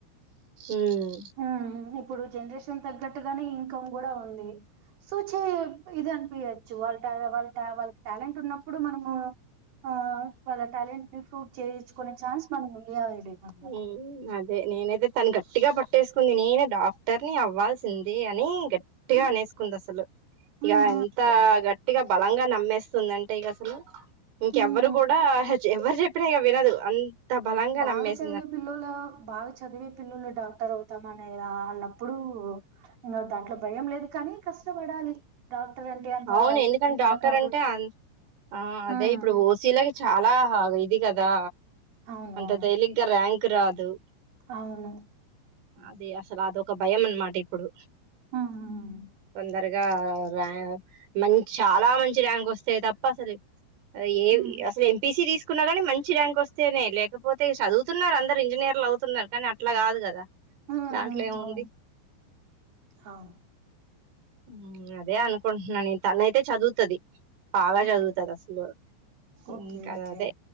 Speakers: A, on the right; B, on the right.
A: ఉమ్
B: మ్మ్ ఇప్పుడు వీడ్ జనరేషన్ తగ్గట్టుగానే ఇంకమ్ కూడా ఉంది సో చే ఇది అనిపియచ్చు వాళ్ళ వాళ్ళ వాళ్ళకి టాలెంట్ ఉన్నప్పుడు మనము ఆ వాళ్ళ టాలెంట్ నీ ఫు పూఫ్ చేయించుకునే ఛాన్స్ మనం ఇయ్యాలే లేమమ్మ
A: ఉమ్ అదే నేనైతే తను గట్టిగా పట్టేసుకుంది నేనే డాక్టర్ ని అవ్వాల్సింది అని గట్ గట్టిగా
B: ఉమ్
A: అనేసుకుంది అసలు ఇగ
B: ఉమ్
A: ఎంత గట్ గట్టిగా బలంగా నమ్మేస్తుంది అంటే ఇగ అసలు ఇంకెవరు
B: ఉమ్.
A: గూడా ఏచు ఎవరు జెప్పినా ఇగ వినదు అంత బలంగా
B: బాగా
A: నమ్మేస్
B: చదివే పిల్లలగా బాగా చదివే పిల్లులు డాక్టర్ అవుతాం అనే ఇగ అన్నప్పుడు ఇంగ దాంట్లో భయం లేదు కానీ కష్టపడాలి అంటే అంత
A: అవును
B: ఈజీ
A: ఎందుకంటే
B: కూడా
A: డాక్టర్
B: కాదు
A: అంటే ఆన్ ఆ
B: హ్మ్
A: అదే ఇప్పుడు ఓసీలాకి చాలా ఫాగాయి ఇది గదా
B: అవును
A: అంత
B: అవును
A: తేలిగ్గా ర్యాంక్ తిరాదు
B: అవును
A: అదే అసలు అది ఒక భయం మన్ మాట్ టీ ఇప్పుడు
B: హ్మ్ హ్మ్
A: వంద అగా రా <unintelligible> మన్ చాలా మంచి ర్యాంక్ వస్తాయి తప్ప అసలు ఆ ఏం
B: హ్మ్
A: అసలు ఎంపీసీ తీస్ కున్న గాని మంచి ర్యాంక్ వస్తేనే లేకపోతే చదువుతున్నారు అందరు ఇంజనీర్లు అవుతున్నారు కానీ అక్ అట్లా గాదు గదా
B: హ్మ్
A: దాంట్లో
B: హ్మ్
A: ఏముంది
B: అవును అవును
A: ఉ అదే అనుకుంటున్నాను నేను తను అయితే చదువుతది బాగా
B: ఓకే
A: చదువుతది అసలు ఉమ్
B: ఓకే
A: కాదు
B: ఓకే
A: అదే